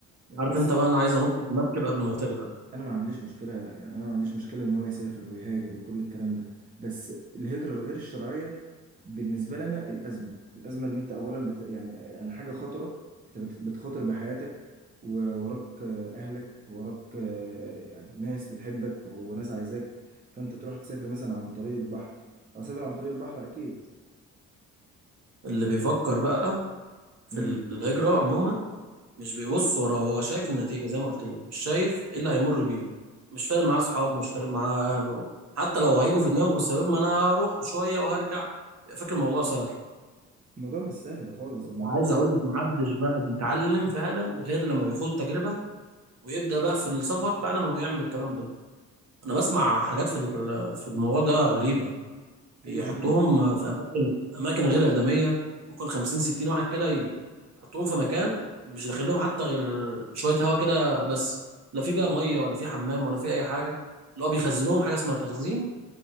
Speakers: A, on the right; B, on the right.
A: عارف
B: بس
A: انت بقى انا عايز انط من المركب قبل ما تغرق
B: أنا ما عنديش مشكلة يعني أنا ما عنديش مشكلة إن هو يسافر ويهاجر وكل الكلام ده بس الهجرة الغير الشرعية بالنسبة لنا الأزمة الأزمة إن أنت أولا بت... يعني يعني حاجة خطرة أنت بت... بتخاطر بحياتك ووراك آه، أهلك ووراك آه، يعني ناس بتحبك وناس عايزاك فأنت تروح تسافر مثلا عن طريق البحر أو سافر عن طريق البحر أكيد
A: اللي بيفكر بقى في
B: امم
A: الهجره عموما مش بيبص وراه هو شايف النتيجة زي ما قلت لك مش شايف ايه اللي هيمر بيه مش فارق معاه اصحابه مش فارق معاه اهله حتى لو هيجوا في دماغه بس هيقول ما انا هروح شوية وهرجع فاكر الموضوع سهل
B: الموضوع مش سهل خالص الموضوع
A: عايز
B: صعب
A: اقول لك محدش بقى بيتعلم فعلا غير لما بيخوض تجربة ويبدأ بقى في السفر فعلا ويعمل الكلام ده انا بسمع حاجات في ال- في الموضوع ده غريبة بيحطوهم
B: ايوه يا عم
A: في اماكن اماكن غير ادميه ممكن 50 60 واحد كده ي- يحطوهم في مكان مش داخل لهم حتى غير شويه هوا كده بس لا في بقى ميه ولا في حمام ولا في اي حاجه اللي هو بيخزنوهم حاجه اسمها تخزين